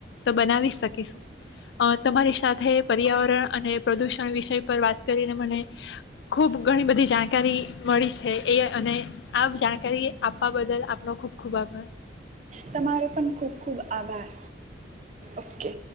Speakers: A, on the left (about 70°); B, on the right (about 40°).
A: તો બનાવી શકીશું અ તમારી સાથે પર્યાવરણ અને પ્રદુષણ વિષ પર વાત કરીને મને. ખુબ ઘણી બધી જાણકારી મળી છે એ અને આ જાણકારી. આપવા બદલ આપનો ખુબ ખુબ આભાર.
B: તમારો પણ ખૂબ ખૂબ આભાર ઓકે.